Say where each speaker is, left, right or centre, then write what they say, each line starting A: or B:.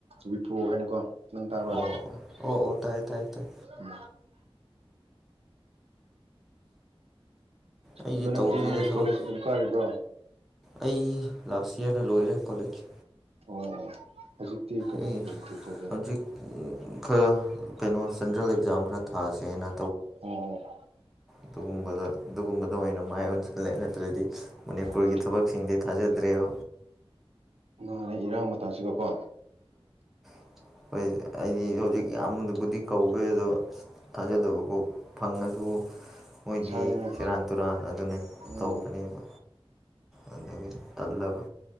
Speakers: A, on the right; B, in the centre.
A: ꯕꯤꯄ꯭ꯔꯣ ꯍꯥꯏꯅꯀꯣ ꯅꯪ ꯇꯥꯕ꯭ꯔꯥ
B: ꯑꯣ ꯑꯣ ꯑꯣ ꯇꯥꯏꯌꯦ ꯇꯥꯏ ꯇꯥꯏ
A: ꯎꯝ
B: ꯑꯩꯗꯤ
A: ꯑꯗꯣ ꯅꯪꯗꯤ
B: ꯇꯧꯗ꯭ꯔꯤꯗ ꯊꯕꯛ
A: ꯀꯣꯂꯦꯖ ꯑꯗꯨꯝ ꯀꯥꯔꯤꯕ꯭ꯔꯥ
B: ꯑꯩ ꯂꯥꯁ ꯌꯔꯅ ꯂꯣꯏꯔꯦ ꯀꯣꯂꯦꯖ
A: ꯑꯣ ꯍꯧꯖꯤꯛꯇꯤ ꯀꯔꯤ
B: ꯑꯩ
A: ꯀꯔꯤ ꯀꯔꯤ ꯇꯧꯒꯦ
B: ꯍꯧꯖꯤꯛ ꯈ ꯀꯩꯅꯣ ꯁꯦꯟꯇ꯭ꯔꯦꯜ ꯖꯥ ꯈꯔ ꯊꯥꯥꯁꯦꯅ
A: ꯎꯝ
B: ꯑꯗꯨꯒꯨꯝꯕꯗ ꯑꯗꯨꯒꯨꯝꯕꯗ ꯑꯣꯏꯅ ꯃꯥꯏ ꯑꯣꯟꯁꯤꯜꯂꯛꯦ ꯅꯠꯇ꯭ꯔꯗꯤ ꯃꯅꯤꯄꯨꯔꯒꯤ
A: ꯎꯝ
B: ꯊꯕꯛꯁꯤꯡꯗꯤ ꯊꯥꯖꯗ꯭ꯔꯦꯌꯨ
A: ꯅꯨꯡꯉꯔꯦ ꯏꯔꯥꯡ ꯃꯇꯥꯡꯁꯤꯒꯀꯣ
B: <unintelligible> ꯍꯣꯏ ꯑꯩꯗꯤ ꯍꯧꯖꯤꯛ ꯌꯥꯝꯗꯕꯨꯗꯤ ꯀꯧꯋꯦ ꯑꯗꯣ ꯊꯥꯖꯗꯕꯀꯣ ꯐꯪꯉꯁꯨ ꯃꯣꯏꯗꯤ
A: ꯄꯩꯁꯥꯅꯤꯅꯦ
B: ꯁꯦꯔꯥꯟ ꯇꯨꯔꯥꯟ ꯑꯗꯨꯅꯦ
A: ꯎꯝ
B: ꯇꯧꯒꯅꯦꯕ ꯑꯗꯒꯤ ꯇꯂꯕ